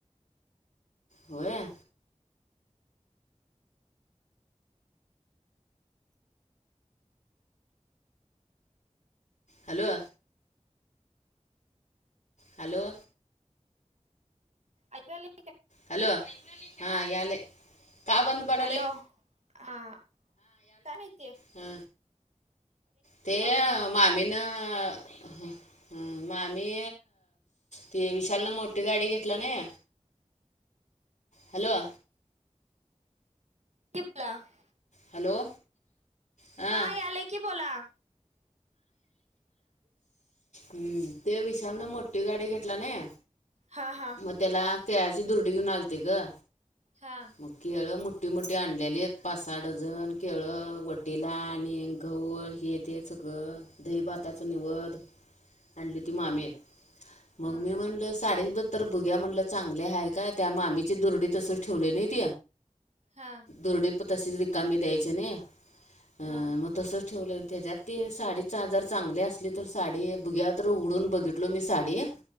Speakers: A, on the left; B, on the right.
A: होय. हॅलो. हॅलो.
B: ऐकु यालंय?
A: हॅलो हां यालय. का बंद पडालय?
B: हॅलो हा, काय माहिती.
A: हा ते अ
B: मग
A: मामीनं ह हम्म, मग आम्ही ते विशालने मोठी गाडी घेतला नाही हॅलो.
B: <unintelligible>
A: हॅलो. हां
B: हा, यालंय की बोला.
A: हम्म ते विशालनं मोठी गाडी घेतला नई.
B: हा, हा.
A: मग त्याला केळ्याची दुरडी घेऊन आलते ग.
B: हा.
A: मग केळं मोठी मोठी आणलेलीत पाच सहा डझन केळं, वटीला आणि गहू हे ते सगळं दही भाताच निवद. आणलीवती
B: हम्म
A: मामी, मग
B: हा
A: मी म्हणलं साडीच बद तर बघुया म्हणलं चांगली हाय काय, त्या मामीची दुरडी तसंच ठेवलेलीत.
B: हा.
A: दूरडी तशीच रीकामी द्यायची नाही. अं
B: हा.
A: मग तसंच ठेवलो आणि तेज्यात ते साडीचा जरा चांगली असली तर साडी बघुया तर उघडून बघितलो मी साडी.